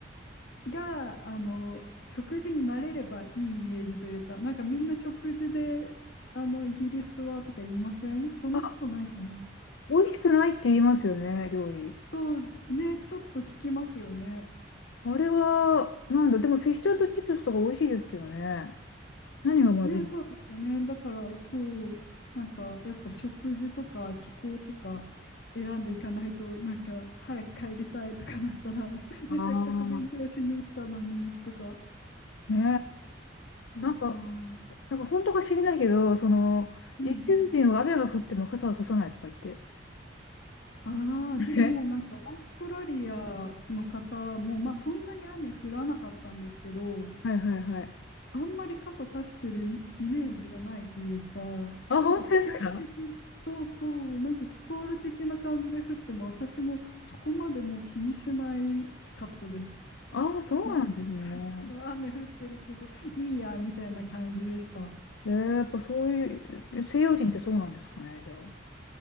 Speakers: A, on the left; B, on the left.
A: 事が、あの、食事に慣れればいいイメージというか、なんかみんな食事で、あの、イギリスはとか言いませんそんなことないかな。
B: あ、美味しくないって言いますよね、料理。
A: そうね、ちょっと聞きますよね。
B: あれは、なんだ、でもフィッシュチップスとか美味しいですけどね。何がまずいの
A: ね、そうですよね。だから、そう、なんかやっぱ食事とか気候とか選んでいかないと、なんか早く帰りたいとかなったら、<laughs>
B: ああ
A: ね、せっかく勉強しに行ったのにとか、
B: ー。ね
A: そうそう。
B: え。なんか、
A: うん
B: なんか本当か知んないけど、その、
A: うん
B: イギリス人は雨が降っても傘を差さないとか言って。
A: ああ、
B: え
A: でもなんかオーストラリアの方も、まあそんなに雨降らなかったんですけど、
B: はいはいはい。
A: あんまり傘さしてるイイメージがないというか、
B: あ、
A: なんかスコール的、
B: 本当ですか
A: そうそう、なんかスコール的な感じで降っても、私もそこまでもう気にしないかったです。
B: ああ、そうなんですね。
A: まあ、雨降ってるけど、いいや、みたいな感じでした。
B: えー、やっぱそういう、西洋人ってそうなんですかね、じゃあ。